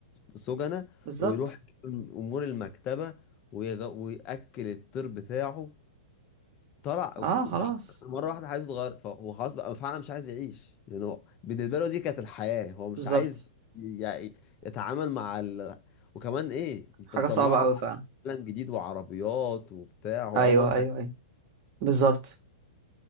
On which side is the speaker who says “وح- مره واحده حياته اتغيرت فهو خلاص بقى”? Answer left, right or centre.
Left